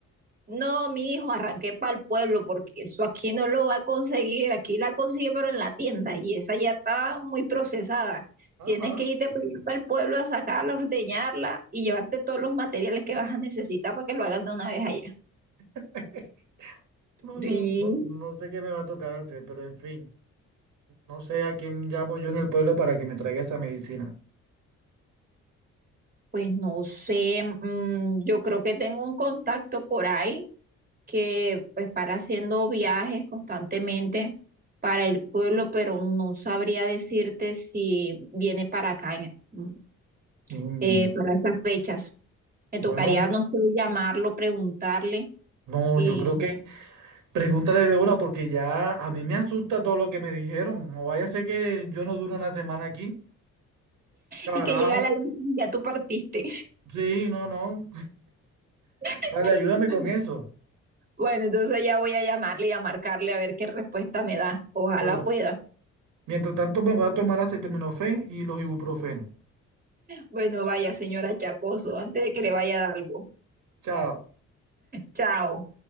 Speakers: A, on the right; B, on the right.
A: No, mi hijo, arranqué para el pueblo porque eso aquí no lo va a conseguir. Aquí la consigue, pero en la tienda y esa ya está muy procesada.
B: Ajá.
A: Tienes que ir de para el pueblo a sacarla, ordeñarla y llevarte todos los materiales que vas a necesitar para que lo hagas de una vez allá.
B: <laughs> No,
A: Sí.
B: no, no, no sé qué me va a tocar hacer, pero en fin, no sé a quién llamo yo en el pueblo para que me traiga esa medicina.
A: Pues no sé, mm, yo creo que tengo un contacto por ahí que pues para haciendo viajes constantemente para el pueblo, pero no sabría decirte si viene para acá en- mm,
B: Mm,
A: eh, para estas fechas. Me
B: bueno,
A: tocaría, no sé, llamarlo, preguntarle
B: no,
A: y,
B: yo creo que pregúntale de una porque ya a mí me asusta todo lo que me dijeron. No vaya a ser que yo no dure una semana aquí. Carajo.
A: y que llega la noche y ya tú partiste.
B: Sí, no, no.
A: <laughs>
B: Dale, ayúdame con eso.
A: Bueno, entonces ya voy a llamarle y a marcarle a ver qué respuesta me da. Ojalá
B: Bueno,
A: pueda.
B: mientras tanto me voy a tomar la acetaminofén y los ibuprofenos.
A: Bueno, vaya, señora Chacoso, antes de que le vaya a dar algo.
B: Chao.
A: Chao.